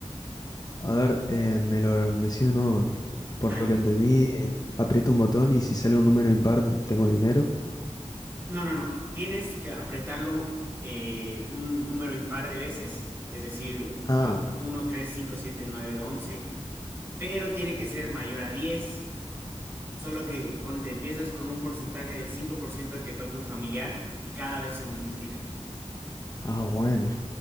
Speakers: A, on the left (about 35°); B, on the right (about 20°).
A: A ver, eh, me lo decís de nuevo.
B: Dale.
A: Por lo que entendí, eh, aprieto un botón y si sale un número impar, tengo dinero.
B: No, no, no. Tienes que apretarlo eh, un número impar de veces, es decir, u-
A: Ah,
B: a 1, 3, 5, 7, 9, 11, pero tiene que ser mayor a 10. Solo que, ponte, empiezas con un porcentaje del 5% de que toque un familiar y cada vez se multiplica.
A: ah, bueno.